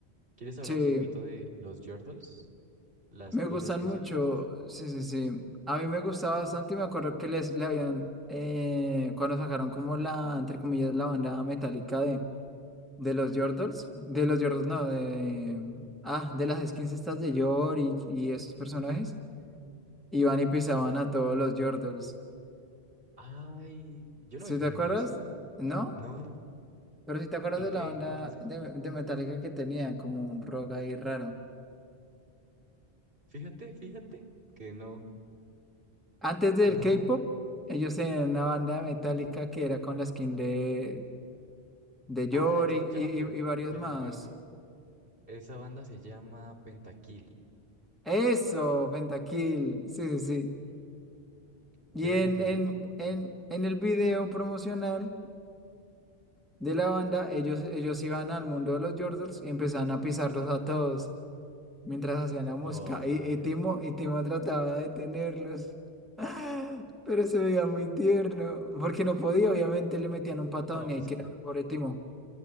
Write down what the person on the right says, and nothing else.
¿Quieres hablar
un poquito de los Yordles? Las
cosas
que
sepas.
Ay,
¿cuál?
Ay, yo no
me fijé
en eso.
No.
¿En
qué?
¿En qué es eso?
Fíjate, fíjate que no.
No.
Ah, ya,
me-
ya me acuerdo.
Ya
me acuerdo. Esa banda se llama Pentakill.
Ve,
pero
yo no me acuerdo.
¿eh?
Ay.
No,
pues
que